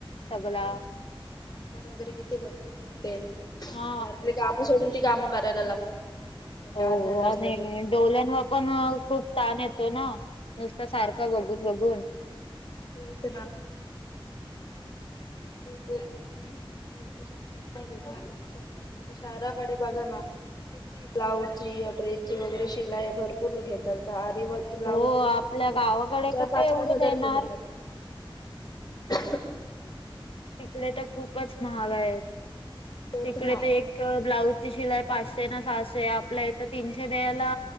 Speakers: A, on the left; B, on the left.
A: सगला
B: आणि हो कम कंबर वगैरे किती भरपूर दुखते,
A: हा
B: घरातले कामं सोडून ती कामं करायला लागतात. मग कधी कधी
A: हो
B: अर्जंट असलं
A: अ नाय,
B: की.
A: डोल्यांवरही खूप तान येतो ना. नुसतं सारखं
B: हो.
A: बघून बघून.
B: तेच ते लोकं समजून नाय घेत ना, सर्वे आता शहराकडे बघा ना किती ब्लाउजची अ ड्रेसची वगैरे शिलाई भरपूर घेतात आ
A: हो
B: <unintelligible>
A: आपल्या
B: चे पण चार
A: गावाकडे
B: चार
A: कुठे
B: पाच
A: एवढे
B: पाच हजार
A: देणार
B: रुपये घेतात. <unintelligible>
A: तिकडे तर खूपच महाग आहे,
B: तेच
A: तिकडे
B: ना.
A: तर एक ब्लाउ ची शिलाई पाचशे का सहाशे आहे, आपल्या इथं तीनशे देयला